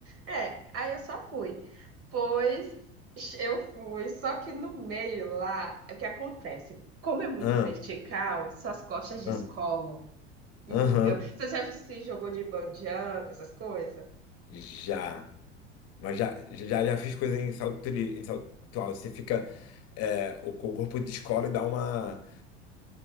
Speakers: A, on the right; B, on the left.
A: É, aí eu só fui. Pois eu fui, só que no meio lá, o que acontece? Como é muito
B: Ah,
A: vertical, suas costas descolam,
B: ah,
A: entendeu?
B: Aham.
A: Você já se jogou de bungee jump, essas coisas?
B: Já. Mas já, já, já fiz coisa em salto, li- em salto alto. Você fica. é, o, co- o corpo descola e dá uma.